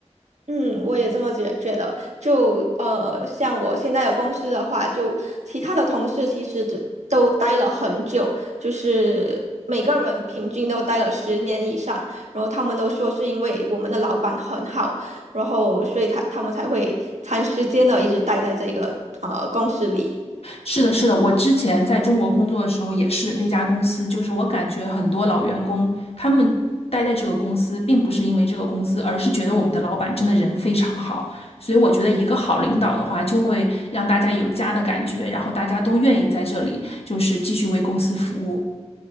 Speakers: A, on the right; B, on the left.
A: 嗯，我也这么觉觉得。就呃，像我现在的公司的话，就其他的同事其实都都待了很久，就是每个人平均都待了十年以上。然后他们都说是因为我们的老板很好，然后所以他他们才会长时间的一直待在这个呃公司里。
B: 是的，是的，我之前在中国工作的时候也是那家公司，就是我感觉很多老员工他们待在这个公司，并不是因为这个公司，而是觉得我们的老板真的人非常好。所以我觉得一个好领导的话，就会让大家有家的感觉，然后大家都愿意在这里就是继续为公司服务。